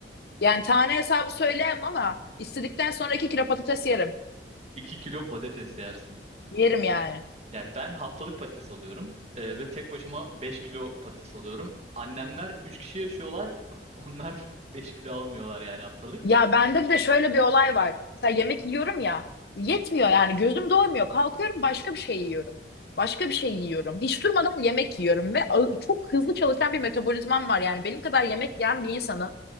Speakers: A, on the left (about 55°); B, on the right (about 35°).
A: Yani tane hesabı söyleyemem ama istedikten sonra iki kilo patates yerim.
B: iki kilo patates yersin.
A: Yerim yani.
B: Yani ben haftalık patates alıyorum e, ve tek başıma 5 kilo patates alıyorum. Annemler 3 kişi yaşıyorlar. <laughs> Onlar 5 kilo almıyorlar yani haftalık.
A: Ya bende bir de şöyle bir olay var. Mesela yemek yiyorum ya. Yetmiyor yani gözüm doymuyor. Kalkıyorum başka bir şey yiyorum. Başka bir şey yiyorum. Hiç durmadan yemek yiyorum ve ağ- çok hızlı çalışan bir metabolizmam var. Yani benim kadar yemek yiyen bir insanın